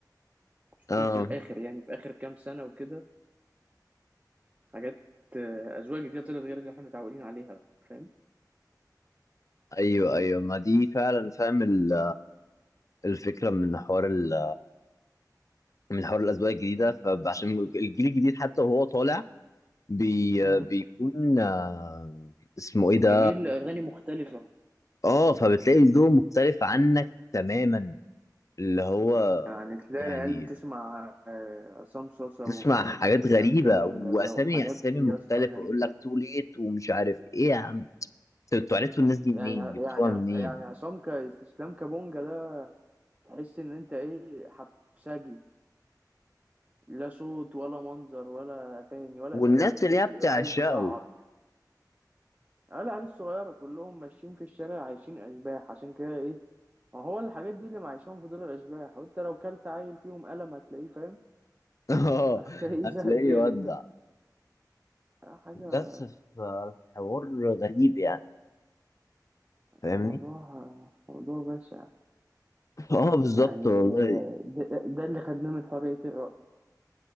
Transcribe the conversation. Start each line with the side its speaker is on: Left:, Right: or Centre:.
Right: خصوصا
Left: اه
Right: في الآخر يعني في آخر كام سنة وكده حاجات آه، أذواق جديدة طلعت غير اللي احنا متعودين عليها فاهم
Left: ايوه ايوه ما دي فعلا فاهم ال- الفكره من حوار ال- من حوار الاذواق الجديده فعشان الجيل الجديد حتى وهو طالع بي
Right: مم.
Left: بيكون آه، اسمه ايه
Right: بيميل
Left: ده
Right: لأغاني مختلفة
Left: اه فبتلاقي ذوق مختلف عنك تماما اللي هو
Right: يعني تلاقي
Left: يعني
Right: العيال بتسمع آه، عصام صاصا
Left: تسمع
Right: و- وإسلام
Left: حاجات غريبة
Right: كابونجا
Left: وأسامي
Right: ده وحاجات
Left: أسامي
Right: يا
Left: مختلفة
Right: اسطى غريبة
Left: ويقول لك تو ليت ومش عارف إيه يا عم طب أنتوا عرفتوا
Right: آه،
Left: الناس دي منين؟
Right: يعني
Left: جبتوها
Right: يعني
Left: منين؟
Right: يعني عصام ك- إسلام كابونجا ده تحس إن أنت إيه حبسجي لا صوت ولا منظر ولا أغاني ولا
Left: والناس
Right: أي يعني مش
Left: اللي
Right: فاهم
Left: هي
Right: بيبقى
Left: بتعشقه
Right: عيل بيجعر العيال العيال الصغيرة كلهم ماشيين في الشارع عايشين أشباح عشان كده إيه ما هو الحاجات دي اللي معيشهم في دول الأشباح وأنت لو كلت عيل فيهم قلم هتلاقيه فاهم
Left: <laughs> آه
Right: <laughs> هتلاقيه
Left: هتلاقيه
Right: زهق جري
Left: يودع
Right: فاهم حاجة
Left: بس فالحوار غريب يعني فاهمني؟
Right: موضوع موضوع بشع
Left: <laughs> آه بالظبط
Right: يعني
Left: والله
Right: ده, ده اللي خدناه من حرية الرأي